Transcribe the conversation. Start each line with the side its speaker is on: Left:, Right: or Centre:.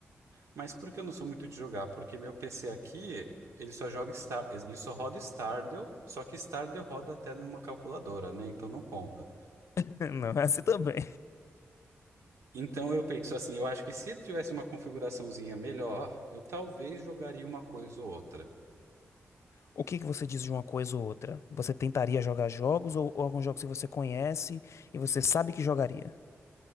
Right: Mas por que eu não sou muito de jogar? Porque meu PC aqui, ele só joga Star, ele só roda Stardew, só que Stardew roda até numa calculadora, né? Então não conta.
Left: <laughs> Não, é assim também.
Right: Então eu penso assim, eu acho que se ele tivesse uma configuraçãozinha melhor, eu talvez jogaria uma coisa ou outra.
Left: O que que você diz de uma coisa ou outra? Você tentaria jogar jogos ou, ou alguns jogos que você conhece e você sabe que jogaria?